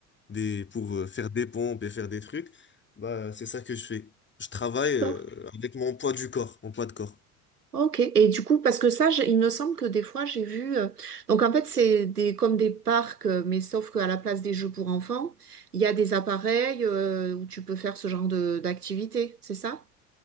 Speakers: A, on the left; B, on the right.
A: des pour euh, faire des pompes et faire des trucs. Bah, c'est ça que je fais. Je travaille euh,
B: Sport
A: avec mon poids du corps, mon poids de corps.
B: Ok, et du coup, parce que ça, j'ai- il me semble que des fois, j'ai vu... euh, Donc, en fait, c'est des... comme des parcs, euh, mais sauf qu'à la place des jeux pour enfants, il y a des appareils euh, où tu peux faire ce genre de d'activité, c'est ça?